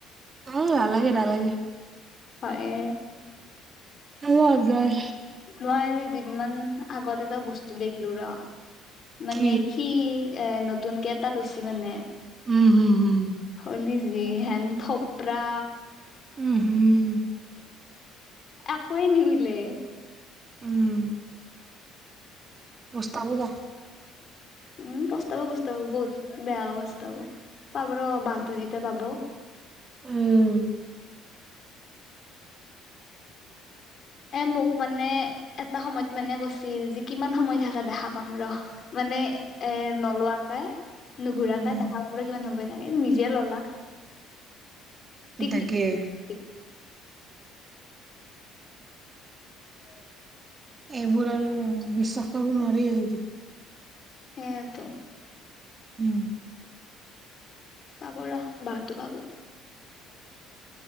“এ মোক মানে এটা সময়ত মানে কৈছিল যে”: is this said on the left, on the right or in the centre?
Left